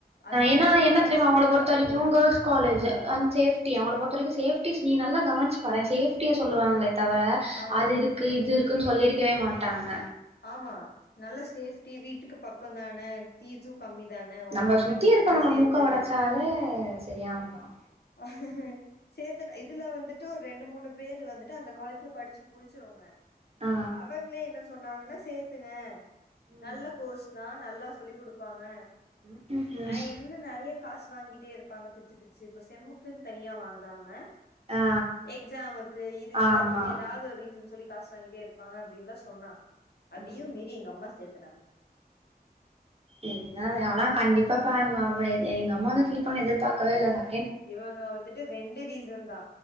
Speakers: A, on the left; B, on the right.
A: அந்த
B: ஏன்னா
A: காலேஜ்ல
B: என்ன
A: படிச்சுட்டு
B: தெரியுமா அவங்க
A: போனவங்களே
B: பொறுத்த வரைக்கு
A: என்ன
B: கேள்ஸ் காலேஜ்
A: ஆ
B: அ சேப்டியா அவங்கள பொருத்த வரைக்கு சேஃப்டிஸ் நீ நல்லா. கவன்சி பாரே சேப்டியா சொல்லுவாங்களே தவர
A: ஆமா
B: அது இருக்கு இது இருக்குன்னு சொல்லியிருக்கவே மாட். டாங்க.
A: ஆம்மா. நல்ல சேஃப்டி வீட்டுக்கு பக்கதான பீஸும் கம்மிதா உனக்கு
B: நம்ம
A: என்ன
B: சுத்தி
A: பிரச்சன
B: இருக்கவங்கள
A: சேத்து.
B: மூக்க ஒடச்சாலே சரியா வந்துரு
A: ஹஹேஹ சேத்து இதுல வந்துட். ண்டு ரெண்டு மூணு பேரு வந்துட்டு அந்த காலேஜ்ல படிச்சு முடுச்சவங்க.
B: ஆ
A: அவங்ளே என்னச். சொன்னாங்கனா. நா சேர்த்துவ.
B: ம்
A: நல்ல கோர்ஸ்தா. நல்லா சொல்லி குடுப்பாங்க.
B: உஹம்.
A: ஆ என்ன நெறைய காசு வாங்கிட்டே இருப்பாங்க பிச்சு பிச்சு இப்ப செம்க்குன்னு தனியா வாங்காம.
B: ஆ
A: எக்ஸாமுக்கு இதுக்கு
B: ஆமா
A: அதுகுன்னு ஏதாவது ஒரு ரீசன் சொல்லி. காசு வாங்கிட்டே இருப்பாங்க அப்படின்னுலா சொன்னா. அதையு
B: ம்
A: மீறி எங்க அம்மா சேத். துனாங்க.
B: என்ன ஆனா கண்டிப்பா பாருங்க அவ இது எங்க அம்மா வந்து ஃபீல் பண்ணி எதிர்பாக்கவே இல்லடா.
A: இவங்க வந்துட்டு ரெண்டு ரீசன்தா